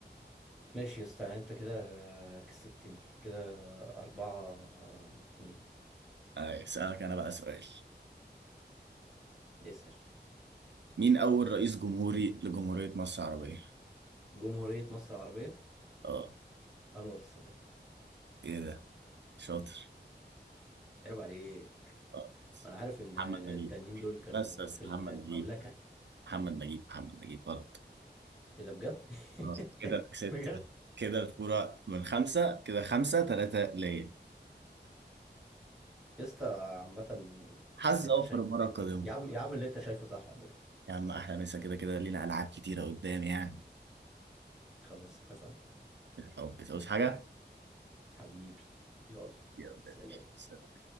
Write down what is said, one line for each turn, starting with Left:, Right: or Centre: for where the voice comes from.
Centre: ماشي يا اسطى يعني انت كده كسبتني كده أربعة اتنين
Right: آه، اسالك انا بقى سؤال
Centre: اسأل
Right: مين اول رئيس جمهوري لجمهوريه مصر العربيه
Centre: جمهورية مصر العربية
Right: اه
Centre: أنور السادات
Right: ايه ده شاطر
Centre: عيب عليك
Right: آه،
Centre: ما أنا عارف إن
Right: محمد
Centre: التانيين
Right: نجيب
Centre: دول كانوا
Right: بس بس
Centre: في
Right: محمد
Centre: المملكة
Right: نجيب محمد نجيب محمد نجيب غلط
Centre: إيه ده بجد؟
Right: آه، كده انا
Centre: <laughs>
Right: كسبت
Centre: بجد؟
Right: كده كده الفورة من خمسة كده خمسة تلاتة ليا
Centre: يا اسطى عامة
Right: حظ
Centre: اللي أنت
Right: أوفر
Centre: شايفه
Right: المرة القادمة
Centre: يا عم يا عم اللي أنت شايفه صح اعمله
Right: يا عم أحلى مسا كده كده لينا ألعاب كتيرة قدام يعني
Centre: خلاص اتفقنا
Right: بالحب تعوز حاجة؟
Centre: حبيبي يلا
Right: يلا
Centre: سلام
Right: يا باشا. سلام.